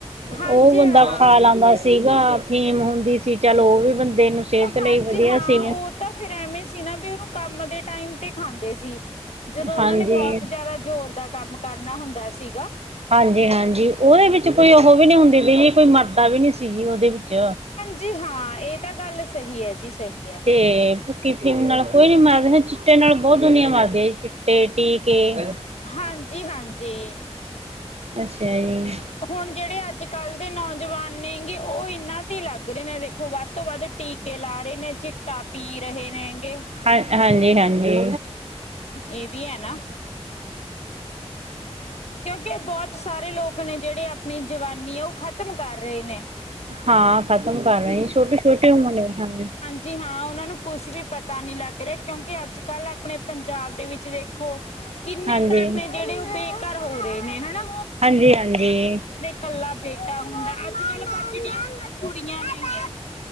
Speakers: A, on the left; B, on the right.
A: ਹਾਂਜੀ
B: ਉਹ ਬੰਦਾ
A: ਹਾਂ
B: ਖਾ ਲਾਦਾ ਸੀ। ਸੀਗਾ ਫੀਮ ਹੁੰਦੀ ਸੀ ਚੱਲ ਉਹ ਵੀ ਬੰਦੇ ਨੂੰ ਸਿਹਤ ਲਈ
A: ਹਾਂਜੀ
B: ਵਧੀਆ
A: ਹਾਂ
B: ਸੀ।
A: ਉਹ ਤਾਂ ਫੇਰ ਐਵੇਂ ਸੀ ਨਾ ਵੀ ਉਹਨੂੰ ਕੰਮ ਦੇ ਟਾਈਮ ਤੇ ਖਾਂਦੇ ਸੀ। ਜਦੋਂ ਉਹਨਾਂ
B: ਹਾਂਜੀ
A: ਨੇ ਬਹੁਤ ਜਿਆਦਾ ਜ਼ੋਰ ਦਾ ਕੰਮ ਕਰਨਾ ਹੁੰਦਾ ਸੀਗਾ।
B: ਹਾਂਜੀ, ਹਾਂਜੀ। ਉਹਦੇ ਵਿੱਚ ਕੋਈ ਉਹ ਵੀ ਨਹੀਂ ਹੁੰਦੀ ਵੀ ਜੀ ਕੋਈ ਮਰਦਾ ਵੀ ਨਹੀਂ ਸੀਗੀ ਉਹਦੇ ਵਿੱਚ।
A: ਜੀ ਹਾਂ ਇਹ ਤਾਂ ਗੱਲ ਸਹੀ ਹੈ ਜੀ ਸਹੀ ਹੈ।
B: ਤੇ ਭੁੱਕੀ ਅਫੀਮ ਨਾਲ ਕੋਈ ਨੀ ਮਾਰਦੇ ਚਿੱਟੇ ਨਾਲ ਬਹੁਤ ਦੁਨੀਆਂ ਮਾਰਦੇ ਚਿੱਟੇ ਟੀਕੇ।
A: ਹਾਂਜੀ, ਹਾਂਜੀ।
B: ਅੱਛਾ ਜੀ।
A: ਹੁਣ ਜਿਹੜੇ ਅੱਜ ਕੱਲ੍ਹ ਦੇ ਨੌਜਵਾਨ ਨੇਗੇ ਉਹ ਇਨਾਂ ਤੇ ਲੱਗ ਰਹੇ ਨੇ ਦੇਖੋ ਵੱਧ ਤੋਂ ਵੱਧ ਟੀਕ। ਟੀਕੇ ਲਾ ਰਹੇ ਨੇ ਗੇ ਚਿੱਟਾ ਪੀ ਰਹੇ ਨੇਗੇ।
B: ਹਾਂ ਹਾਂਜੀ, ਹਾਂਜੀ।
A: ਇਹ ਵੀ ਹੈ ਨਾ। ਕਿਉਂਕਿ ਬਹੁਤ ਸਾਰੇ ਲੋਕ ਨੇ ਜਿਹੜੇ ਆਪਣੀ ਜਵਾਨੀ ਆ ਉਹ ਖ਼ਤਮ ਕਰ ਰਹੇ ਨੇ।
B: ਹਾਂ ਖਤਮ ਕਰ ਰਹੇ ਛੋਟੇ ਛੋਟੇ ਉਮਰਾਂ ਦੇ ਨੇ।
A: ਜੀ ਹਾਂ ਉਹਨਾਂ ਨੂੰ ਕੁਛ ਵੀ ਪਤਾ ਨਹੀਂ ਲੱਗ ਰਿਹਾ। ਕਿਉਂਕਿ ਅੱਜ, ਕੱਲ੍ਹ ਆਪਣੇ ਪੰਜਾਬ ਦੇ ਵਿੱਚ ਦੇਖੋ। ਕਿੰਨੇ
B: ਹਾਂਜੀ
A: ਘਰ ਨੇ ਜਿਹੜੇ ਉਹ ਬੇਘਰ ਹੋ ਰਹੇ ਨੇ ਹਨਾ।
B: ਹਾਂਜੀ, ਹਾਂਜੀ।
A: ਕੱਲਾ ਬੇਟਾ ਹੁੰਦਾ ਅੱਜ ਕੱਲ ਬਚਦੀਆਂ ਕੁੜੀਆਂ। ਨੇਗੀਆਂ